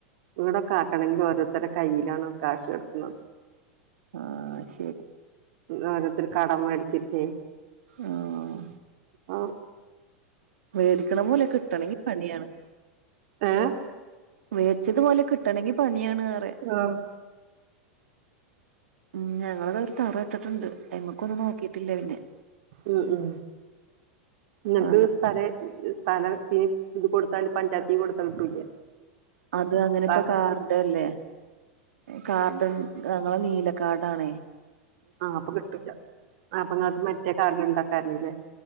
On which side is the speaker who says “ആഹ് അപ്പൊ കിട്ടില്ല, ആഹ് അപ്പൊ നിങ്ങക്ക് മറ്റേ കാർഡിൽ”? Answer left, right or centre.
Right